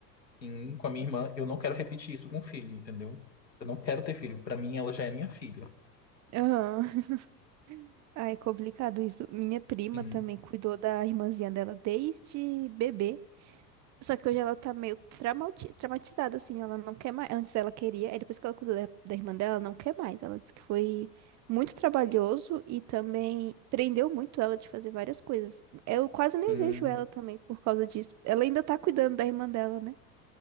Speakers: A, on the left; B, on the right.
A: sim, com a minha irmã, eu não quero repetir isso com o filho, entendeu? Eu não quero ter filho, pra mim ela já é minha filha.
B: Aham. <laughs> Ai, complicado isso. Minha prima
A: Sim,
B: também cuidou da irmãzinha dela desde bebê. Só que hoje ela tá meio traumati- traumatizada, assim. Ela não quer mais. Antes ela queria, aí depois que ela cuidou da, da irmã dela, ela não quer mais. Ela disse que foi muito trabalhoso e também prendeu muito ela de fazer várias coisas. Eu quase
A: sim,
B: nem vejo ela também por causa disso. Ela ainda tá cuidando da irmã dela, né?